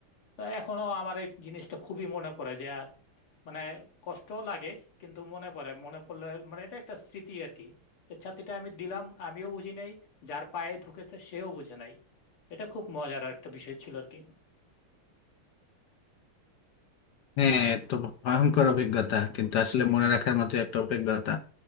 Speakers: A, on the left; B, on the left.
A: তো এখনো আমার এই জিনিসটা খুবই মনে পড়ে যে আহ, মানে কষ্ট লাগে কিন্তু মনে পড়ে মনে পড়লে মানে এটা একটা স্মৃতি আর কি যে ছাতিটা আমি দিলাম আমিও বুঝি নাই যার পায়ে ঢুকেছে সেও বুঝে নাই এটা খুব মজার একটা বিষয় ছিল আর কি
B: হ্যাঁ এ তো ভয়ঙ্কর অভিজ্ঞতা কিন্তু আসলে মনে রাখার মতো একটা অভিজ্ঞতা